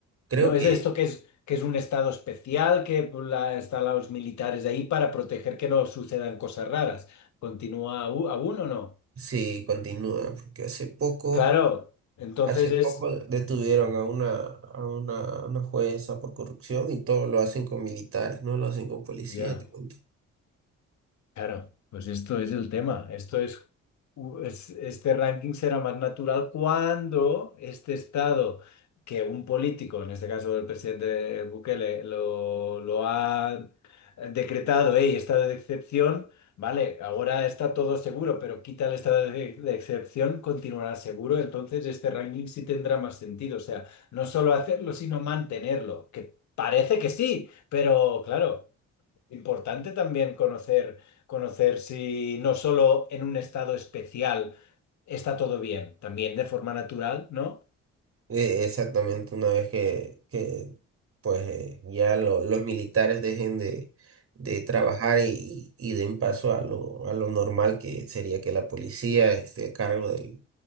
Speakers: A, on the right; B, on the left.
A: creo
B: ¿No
A: que
B: es esto que es, que es un estado especial, que la- están los militares ahí para proteger que no sucedan cosas raras? ¿Continúa aún, aún o no?
A: sí continúa, porque hace poco,
B: Claro, entonces
A: hace poco
B: es...
A: detuvieron a una, a una, a una jueza por corrupción y todo lo hacen con militares, no lo hacen con policías,
B: Ya.
A: te cuento.
B: Claro, pues esto es el tema. Esto es, u- es- este ranking será más natural cuando este estado que un político, en este caso el presidente Bukele, lo, lo ha decretado, hey, estado de excepción, vale, ahora está todo seguro, pero quita el estado de, de excepción, continuará seguro, entonces este ranking sí tendrá más sentido. O sea, no solo hacerlo, sino mantenerlo, que parece que sí, pero claro. Importante también conocer, conocer si no solo en un estado especial está todo bien, también de forma natural, ¿no?
A: Eh, exactamente, una vez que, que pues eh, ya lo- los militares dejen de, de trabajar
B: Eh,
A: y, y den paso a lo, a lo normal que sería que la policía esté a cargo del-